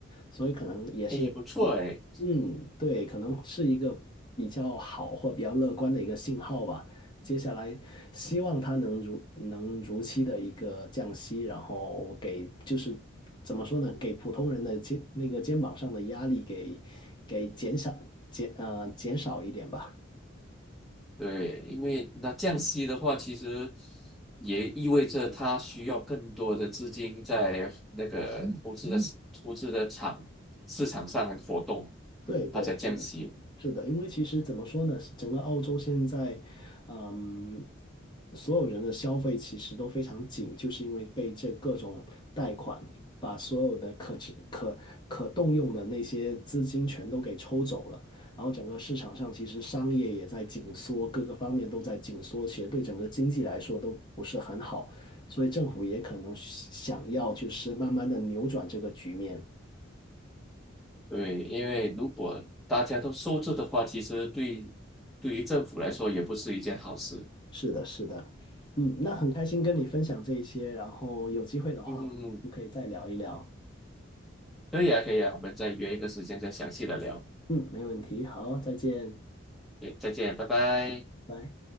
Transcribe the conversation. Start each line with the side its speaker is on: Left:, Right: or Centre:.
Left: 所以可能也是，
Centre: 诶，不错诶。
Left: 嗯，对，可能是一个比较好或比较乐观的一个信号吧。接下来希望它能如能如期的一个降息，然后给就是怎么说呢，给普通人的肩那个肩膀上的压力给给减少减呃减少一点吧。
Centre: 对，因为那降息的话，其实也意味着它需要更多的资金在那个投资的市投资的场市场上活动，
Left: 对对，
Centre: 它才降息嘛。
Left: 是的，是的，因为其实怎么说呢，整个澳洲现在，嗯，所有人的消费其实都非常紧，就是因为被这各种贷款把所有的可支可可动用的那些资金全都给抽走了，然后整个市场上其实商业也在紧缩，各个方面都在紧缩，其实对整个经济来说都不是很好，所以政府也可能想要就是慢慢的扭转这个局面。
Centre: 对，因为如果大家都收着的话，其实对对于政府来说也不是一件好事。
Left: 是的，是的，嗯，那很开心跟你分享这一些，然后有机会的话，
Centre: 嗯嗯嗯，
Left: 我们可以再聊一聊。
Centre: 可以啊，可以啊，我们再约一个时间再详细的聊。
Left: 嗯，没问题，好，再见，
Centre: 对，再见，拜拜。
Left: 拜。